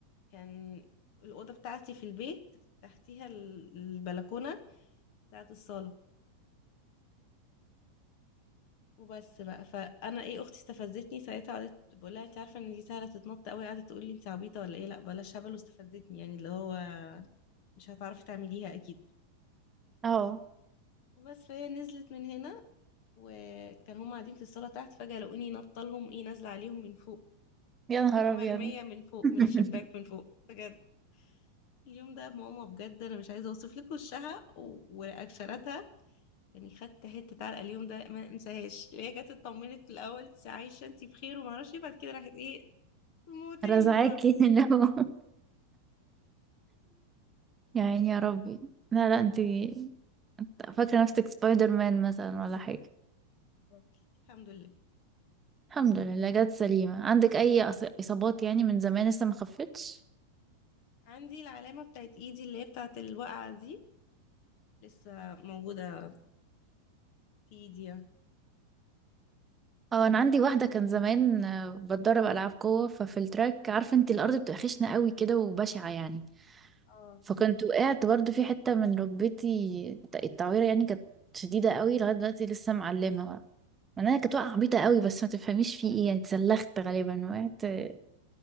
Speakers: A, on the left (about 45°); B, on the right (about 15°).
A: كان الاوضه بتاعتي في البيت تحتيها ال- البلكونه بتاعت الصاله وبس بقى فانا ايه اختي استفزتني ساعتها قعدت بقول لها انت عارفه ان دي سهله تتنط قوي قعدت تقول لي انت عبيطه ولا ايه لا بلاش هبل واستفزتني يعني اللي هو مش هتعرفي تعمليها اكيد
B: اه
A: وبس فهي نزلت من هنا وكان هم قاعدين في الصاله تحت فجاه لقوني نطه لهم ايه نازله عليهم من فوق
B: يا نهار
A: اللي هو مرميه
B: ابيض
A: من فوق
B: <laughs>
A: من الشباك من فوق بجد اليوم ده ماما بجد انا مش عايزه اوصف لك وشها و- ورياكشناتها يعني خدت حته علقه اليوم ده ما انساهاش اللي هي جت اطمنت في الاول انت عايشه انت بخير وما اعرفش إيه، بعد كده راحت ايه وموتني
B: رزعاكي
A: من الضرب
B: لو يعني يا ربي لا لا انتي انت فاكرة نفسك سبايدر مان مثلا ولا حاجة
A: بالظبط الحمد لله
B: الحمد لله جت سليمة عندك أي أص- إصابات يعني من زمان لسه ما خفتش؟
A: عندي العلامة بتاعت ايدي اللي هي بتاعت الوقعة دي لسه موجودة في ايدي يعني
B: اه أنا عندي واحدة كان زمان آه، بتدرب ألعاب قوة ففي التراك عارفة انتي الأرض بتبقى خشنة قوي كده وبشعة يعني
A: اه
B: فكنت وقعت برضو في حتة من ركبتي الت- التعويرة يعني كانت شديدة قوي لغاية دلوقتي لسه معلمة مع انها كانت وقعة عبيطة قوي بس ما تفهميش في ايه يعني اتسلخت غالبا وقعت